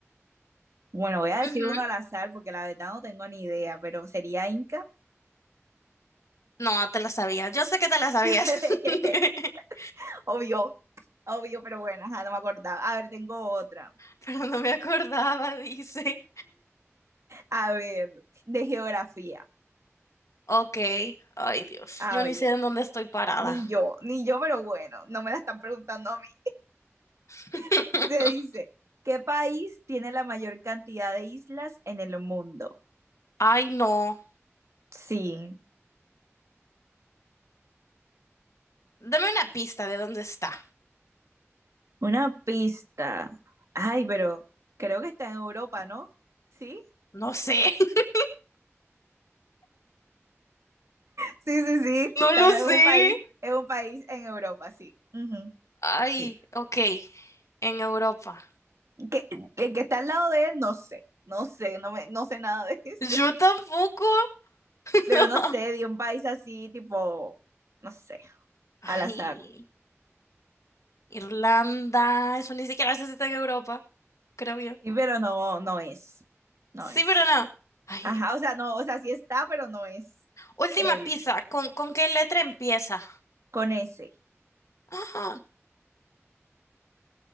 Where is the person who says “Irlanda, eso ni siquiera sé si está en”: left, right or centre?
Left